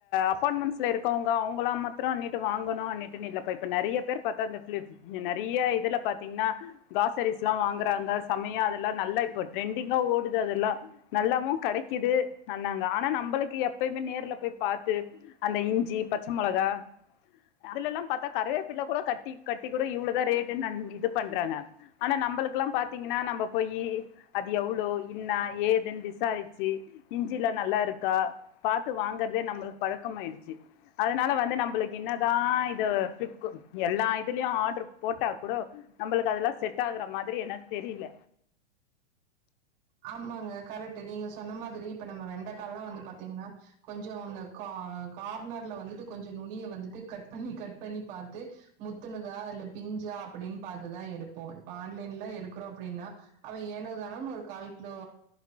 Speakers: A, on the left; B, on the right.
A: அப்பார்மெண்ட்ஸ்ல இருக்கவங்க அவங்கள மாத்தம்ட்டு வாங்கணும் அட்டு இல்லப்ப இப்ப நறைய பேர் பா்த்தா அந்த ஃபிளிஃப் நறைய இதுல பாத்தீங்கன்னா க்ராசரிஸ் எல்லாம் வாங்குறாங்க சமையா அதெல்லாம் நல்லா இப்போ ட்ரெண்டிங்கா ஓடுது அதெல்லாம் நல்லாவும் கடை குது அந்தாங்க ஆனா நம்மளுக்கு எப்பயுமே நேர்ல போய் பார்த்து அந்த இஞ்சி பச்சை மிளகா இதுலல்லாம் பாத்தா கரவேப்பிள்ள கூட கட்டி கட்டி கூட இவ்ளவுதான் ரேட்டு இது பண்றாங்க ஆனா நம்மளுக்குெல்லாம் பாத்தீங்கன்னா நம்ம போயி அது எவ்வளோ இன்னா ஏதுன்னு விசாரிச்சு இஞ்சிலா நல்லா இருக்கா பாத்து வாங்கறதே நம்மளுக்கு பழக்கம் ஆயிடுச்சு அதனால வந்து நம்மளுக்கு என்னதான் இது ஃபிளிக் எல்லா இதுலயும் ஆர்டர் போட்டா கூட நம்மளுக்கு அதெல்லாம் செட் ஆகுற மாதிரி எனக்கு தெரியல
B: ஆமாங்க கரெக்ட் நீங்க சொன்ன மாதிரி இப்ப நம்ம வெண்டைக்கால்லாம் வந்து பாார்த்தீங்கன்னா கொஞ்சோ அந்த கா கார்னர்ல வந்துட்டு கொஞ்சம் நுனிய வந்துட்டு கட் பண்ணி கட் பண்ணி பார்த்து முத்துனதா இல்ல பிஞ்சு அப்டின்னு பார்த்து தான் எடுப்போம் இப்ப ஆன்லைன்ல எடுக்கிறோம் அப்படின்னா அவ ஏனோதானோனு கால் கிலோ